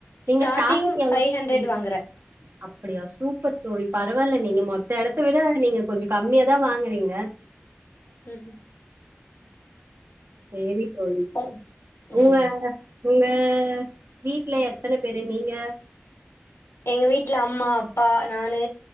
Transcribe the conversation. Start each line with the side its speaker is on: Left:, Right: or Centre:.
Right: நீங்க
Left: ஸ்டார்டிங்
Right: ஸ்டாடிங்ல
Left: ஃபைவ்
Right: எவ்
Left: ஹண்ட்ரட் வாங்குறே
Right: <inaudible> அப்படியா சூ சூப்பர் தோழி பரவால்ல நீங்க மத் த எடத்த விட நீங்க கொஞ்சு கம்மியா தா வாங்குறீங்க
Left: ம் ம்
Right: சேரி தோழி
Left: ம்
Right: உ
Left: ம்
Right: வே உங்க வீட்ல எத்தன பேரு நீங்க
Left: எங்க வீட்ல அம்மா அப்பா நானு